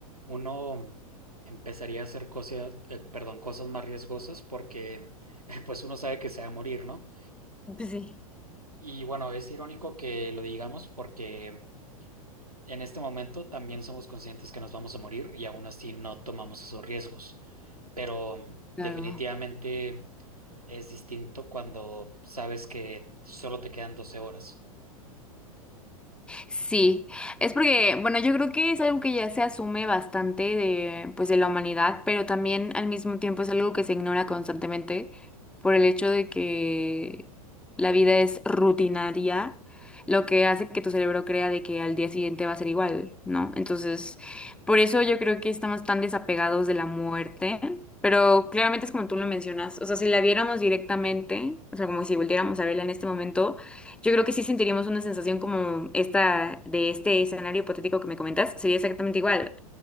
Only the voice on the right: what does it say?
uno empezaría a hacer cosas, eh, perdón, cosas más riesgosas porque <laughs> pues uno sabe que se va a morir, ¿no?
Y bueno, es irónico que lo digamos porque En este momento también somos conscientes que nos vamos a morir y aún así no tomamos esos riesgos. Pero mm,
definitivamente es distinto cuando sabes que solo te quedan doce horas.